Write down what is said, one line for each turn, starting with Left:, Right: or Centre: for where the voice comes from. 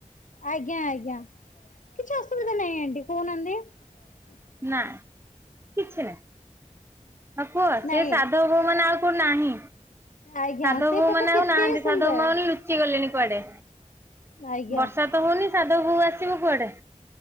Left: ଆଜ୍ଞା ଆଜ୍ଞା କିଛି ଅସୁବିଧା ନାହିଁ ଆଣ୍ଟି କହୁନାହାନ୍ତି। ହୁଁ <unintelligible>
Right: ନାଁ କିଛି ନାଇଁ ହଁ କୁହ
Left: ନାଇଁ
Right: ସେ ସାଧ ବୋହୂ ମାନେ ଆଉ କୋଉଠି ନାହିଁ
Left: ଆଜ୍ଞା
Right: ସାଧବ
Left: ସେ
Right: ବୋହୂ
Left: ପୋକ
Right: ମାନେ
Left: କେତେ
Right: ଆଉ ନାହାନ୍ତି
Left: ସୁନ୍ଦର
Right: ସାଧବ ବୋହୂ ମାନେ ଲୁ ଚି ଗଲେଣି କୁଆଡେ
Left: ଆଜ୍ଞା।
Right: ବର୍ଷା ତ ହଉନି ସାଧବ ବୋଉ ଆସିବ କୁଆଡେ।